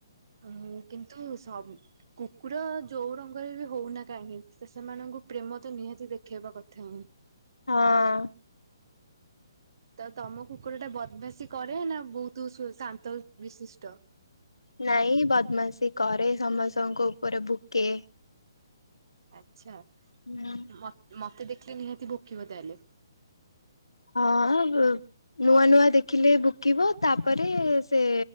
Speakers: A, on the right; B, on the left.
A: ଓ କିନ୍ତୁ ସବୁ। କୁକୁର ଯେଉ ରଙ୍ଗରେ ବି ହଉନା କାହିଁକି ତ ସେମାନଙ୍କୁ ପ୍ରେମ ତ ନିହାତି ଦେଖେଇବା କଥା ହଁ।
B: ହଁ।
A: ତ ତମ କୁକୁର ଟା ବଦମାସି କରେ ନା ବହୁତ ଶାନ୍ତ ବିଶିଷ୍ଟ।
B: ନାଇଁ ବଦମାସି କରେ ସମସ୍ତଙ୍କ ଉପରେ ଭୁକେ।
A: ଆଚ୍ଛା।
B: ନା।
A: ମୋ ମୋତେ ଦେଖିଲେ ନିହାତି ଭୋକିବ ତାହେଲେ।
B: ହଁ ବ ନୂଆ ନୂଆ ଦେଖିଲେ ଭୁକିବ ତାପରେ ସେ